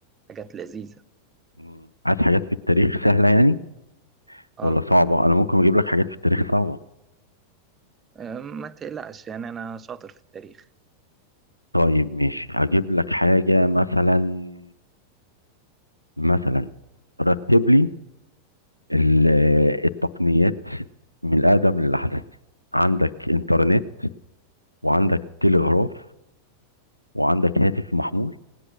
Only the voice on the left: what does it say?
مم. عايز حاجات في التاريخ سهلة يعني
ولا صعبة انا ممكن اجيب لك حاجات في التاريخ صعبة
طيب ماشي هجيب لك حاجة مثلا مثلا رتب لي ال- التقنيات من الأقدم للأحدث عندك إنترنت وعندك تلغراف وعندك هاتف محمول